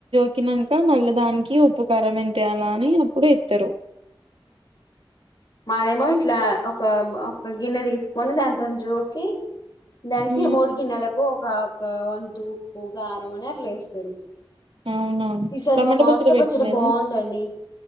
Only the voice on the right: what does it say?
కి నంక మళ్ళ దానికి ఉప్పుకారం ఎంతేయాల అని అప్పుడు ఎత్తారు
మ్మ్
అవునా
టమాటా
పచ్చడి పెట్టలేదా